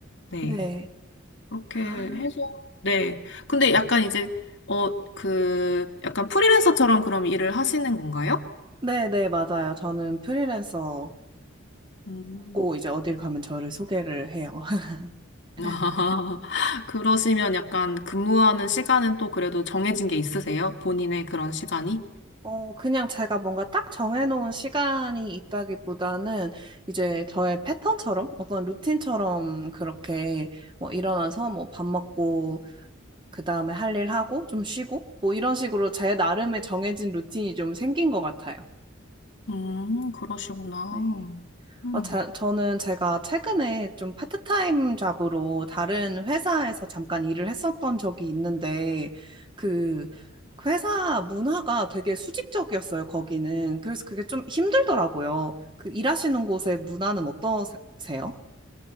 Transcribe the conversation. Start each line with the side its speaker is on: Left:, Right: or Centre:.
Left: 네.
Right: 네.
Left: 그렇게
Right: 아,
Left: 해서, 네. 근데 약간 이제, 어, 그, 약간 프리랜서처럼 그럼 일을 하시는 건가요?
Right: 네, 네, 맞아요. 저는 프리랜서라고
Left: 음.
Right: 이제 어딜 가면 저를 소개를 해요. <laughs>
Left: <laughs> 아, 그러시면 약간 근무하는 시간은 또 그래도 정해진 게 있으세요? 본인의 그런 시간이?
Right: 어, 그냥 제가 뭔가 딱 정해놓은 시간이 있다기보다는 이제 저의 패턴처럼 어떤 루틴처럼 그렇게 뭐 일어나서 뭐 밥 먹고 그 다음에 할 일 하고 좀 쉬고 뭐 이런 식으로 제 나름의 정해진 루틴이 좀 생긴 것 같아요.
Left: 음, 그러시구나.
Right: 네.
Left: 음.
Right: 아, 자, 저는 제가 최근에 좀 파트타임 잡으로 다른 회사에서 잠깐 일을 했었던 적이 있는데, 그, 그 회사 문화가 되게 수직적이었어요, 거기는. 그래서 그게 좀 힘들더라고요. 그 일하시는 곳의 문화는 어떠세요?